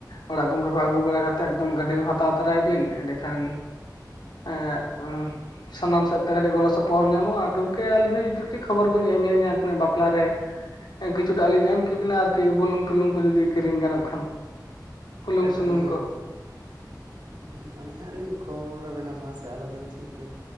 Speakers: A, on the left (about 80°); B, on the right (about 80°).
A: ᱚᱲᱟᱜ ᱜᱚᱝᱠᱮ ᱠᱚ ᱟᱹᱜᱩ ᱵᱟᱲᱟ ᱠᱟᱛᱮᱫ ᱮᱠᱫᱚᱢ ᱜᱟᱹᱰᱤ ᱦᱚᱸ ᱦᱟᱛᱟᱣ ᱛᱚᱨᱟᱭ ᱵᱤᱱ ᱮᱸᱰᱮᱠᱷᱟᱱ ᱮᱸ ᱥᱟᱱᱟᱢ ᱥᱮᱫ ᱛᱮ ᱠᱟᱴᱤᱹᱪ ᱜᱚᱲᱚ ᱥᱚᱯᱚᱦᱚᱛ ᱧᱟᱢᱚᱜ-ᱟ ᱜᱚᱝᱠᱮ ᱟᱹᱞᱤᱧ ᱦᱚᱸ ᱡᱩᱫᱤ ᱠᱟᱹᱴᱤᱡ ᱠᱷᱚᱵᱚᱨ ᱵᱤᱱ ᱮᱢ ᱞᱤᱧᱟ ᱵᱟᱯᱞᱟᱨᱮ ᱦᱮᱸ ᱠᱤᱪᱷᱩᱴᱟᱜ ᱞᱤᱧ ᱮᱢ ᱠᱤᱵᱤᱱᱟ ᱟᱨᱠᱤ ᱵᱩᱞᱩᱝ ᱯᱷᱩᱞᱩᱝ ᱠᱚ ᱡᱩᱫᱤ ᱠᱤᱨᱤᱧ ᱜᱟᱱᱚᱜ ᱠᱷᱟᱱ᱾ ᱵᱩᱞᱩᱝ
B: ᱮᱠᱫᱚᱢ
A: ᱥᱩᱱᱩᱢ ᱠᱚ
B: ᱮᱠᱫᱚᱢ ᱮᱠᱫᱚᱢ ᱟᱹᱞᱤᱧ ᱦᱟᱸᱜ ᱞᱤᱧ ᱠᱷᱳᱵᱳᱨᱟ ᱵᱮᱱᱟ ᱢᱟᱥᱮ ᱟᱞᱚᱵᱮᱱ ᱪᱤᱱᱛᱟᱹᱭᱟ